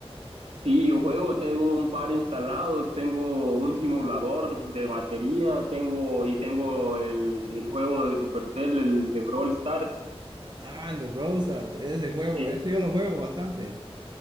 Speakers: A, on the right; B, on the right.
A: Sí, yo juego, tengo un par instalados, tengo un simulador de batería, tengo y tengo el, el juego de Supercell, el de Brawl Stars.
B: Ah, el de Browsers, ese juego,
A: Y-
B: ese yo lo juego bastante.